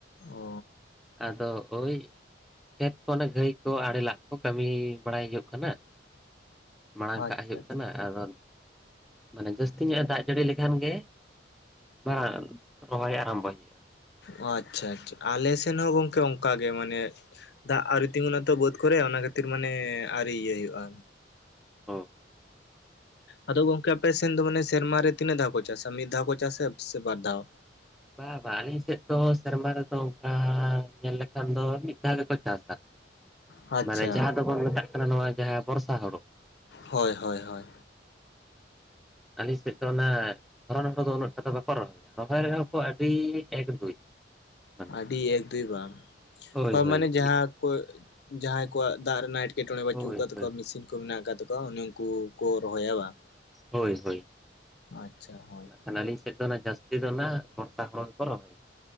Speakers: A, on the left; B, in the centre.
A: ᱚ
B: ᱟᱫᱚ ᱦᱳᱭ ᱠᱷᱮᱛ ᱠᱚ ᱚᱱᱮ ᱜᱟᱹᱭ ᱠᱚ ᱟᱲᱮ ᱞᱟᱜ ᱠᱚ ᱠᱟᱹᱢᱤ ᱵᱟᱲᱟᱭ ᱦᱳᱜᱳᱜ ᱠᱟᱱᱟ᱾ ᱢᱟᱲᱟᱝ
A: ᱟᱪᱪᱷᱟ
B: ᱠᱟᱜ ᱦᱳᱭᱳᱜ
A: ᱟᱪᱪᱷᱟ
B: ᱠᱟᱱᱟ,
A: ᱟᱪᱪᱷᱟ
B: ᱟᱫᱚ ᱢᱟᱱᱮ ᱡᱟᱹᱥᱛᱤ ᱧᱚᱜ ᱮ ᱫᱟᱜ ᱡᱟᱹᱲᱤ ᱞᱮᱠᱷᱟᱱ ᱜᱮ ᱵᱟᱝ ᱨᱚᱦᱚᱭ ᱟᱨᱟᱢᱵᱷᱚᱭ ᱦᱳᱭᱳᱜᱼᱟ᱾
A: ᱚ ᱟᱪᱪᱷᱟ ᱟᱪᱪᱷᱟ ᱟᱞᱮ ᱥᱮᱱ ᱦᱚᱸ ᱜᱚᱝᱠᱮ ᱚᱱᱠᱟ ᱜᱮ, ᱢᱟᱱᱮ ᱫᱟᱜ ᱟᱹᱣᱨᱤ ᱛᱤᱸᱜᱩᱱᱟ ᱛᱚ ᱵᱟᱹᱫᱽ ᱠᱚᱨᱮ ᱚᱱᱟ ᱠᱷᱟᱹᱛᱤᱨ ᱢᱟᱱᱮ ᱟᱹᱣᱨᱤ ᱤᱭᱟᱹ ᱦᱳᱭᱳᱜᱼᱟ᱾
B: ᱦᱚᱸ
A: ᱟᱫᱚ ᱜᱚᱝᱠᱮ ᱟᱯᱮ ᱥᱮᱱ ᱫᱚ ᱢᱟᱱᱮ ᱥᱮᱨᱢᱟᱨᱮ ᱛᱤᱱᱟᱹᱜ ᱫᱷᱟᱣ ᱠᱚ ᱪᱟᱥᱟ? ᱢᱤᱫ ᱫᱷᱟᱣ ᱠᱚ ᱪᱟᱥᱟ ᱥᱮ ᱵᱟᱨ ᱫᱷᱟᱣ?
B: ᱵᱟᱝ ᱵᱟᱝ ᱟᱹᱞᱤᱧ ᱥᱮᱱ ᱫᱚ ᱥᱮᱨᱢᱟ ᱨᱮᱫᱚ, ᱚᱱᱠᱟ ᱧᱮᱞ ᱞᱮᱠᱷᱟᱱ ᱫᱚ ᱢᱤᱫ ᱫᱷᱟᱣ ᱜᱮᱠᱚ ᱪᱟᱥᱟ᱾
A: ᱟᱪᱪᱷᱟ
B: ᱢᱟᱱᱮ ᱡᱟᱦᱟᱸ ᱫᱚ ᱵᱟᱝ ᱢᱮᱛᱟᱜ ᱠᱟᱱᱟ, ᱱᱚᱣᱟ ᱡᱟᱦᱟᱸ ᱵᱚᱨᱥᱟ ᱦᱳᱲᱳ᱾
A: ᱦᱚᱭ ᱦᱚᱭ ᱦᱚᱭ᱾
B: ᱟᱹᱞᱤᱧ ᱥᱮᱱ ᱫᱚ ᱚᱱᱟ ᱫᱷᱚᱨᱚᱱ ᱫᱚ ᱩᱱᱟᱹᱜ ᱴᱟ ᱫᱚ ᱵᱟᱠᱚ ᱨᱚᱦᱚᱭᱟ ᱨᱚᱦᱚᱭ ᱨᱮᱦᱚᱸ ᱟᱹᱰᱤ ᱮᱠ ᱫᱩᱭ᱾ ᱢᱟᱱᱮ
A: ᱟᱹᱰᱤ ᱮᱠ ᱫᱩᱭ ᱵᱟᱝ,
B: ᱦᱳᱭ ᱦᱳᱭ
A: ᱢᱟᱱᱮ
B: ᱦᱳᱭ
A: ᱡᱟᱦᱟᱸ ᱠᱚ ᱡᱟᱦᱟᱸᱭ ᱠᱚᱣᱟᱜ ᱫᱟᱜ ᱨᱮᱱᱟ ᱮᱴ ᱠᱮᱴᱚᱬᱮ ᱵᱟᱪᱩᱜ
B: ᱦᱳᱭ
A: ᱠᱟᱜ ᱛᱟᱠᱚᱣᱟ ᱢᱮᱥᱤᱱ ᱠᱚ ᱢᱮᱱᱟᱜ ᱟᱠᱟᱫ ᱛᱟᱠᱚᱣᱟ ᱩᱱᱤ ᱩᱱᱠᱩ ᱠᱚ ᱨᱚᱦᱚᱭᱟ ᱵᱟᱝ?
B: ᱦᱳᱭ ᱦᱳᱭ᱾
A: ᱟᱪᱪᱷᱟ ᱦᱳᱭ
B: ᱟᱹᱞᱤᱧ ᱥᱮᱫ ᱫᱚ ᱚᱱᱟ ᱡᱟᱹᱥᱛᱤ ᱫᱚ ᱚᱱᱟ ᱵᱚᱥᱛᱟ ᱦᱳᱲᱳ ᱜᱮᱠᱚ ᱨᱚᱦᱚᱭᱟ᱾